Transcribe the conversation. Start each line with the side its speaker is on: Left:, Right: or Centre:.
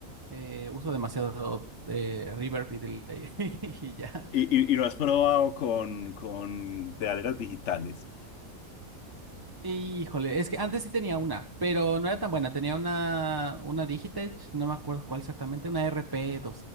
Right: Eh, uso demasiado eh, reverb y delay <laughs> y ya.
Left: ¿Y, y, y lo has probado con, con pedaleras digitales?
Right: Híjole, es que antes sí tenía una, pero no era tan buena. Tenía una, una Digitech, no me acuerdo cuál exactamente, una RP